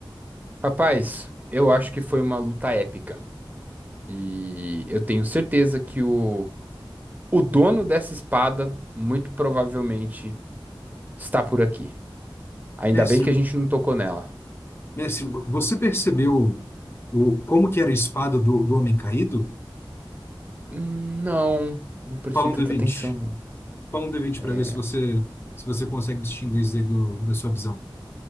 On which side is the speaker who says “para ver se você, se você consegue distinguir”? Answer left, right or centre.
Left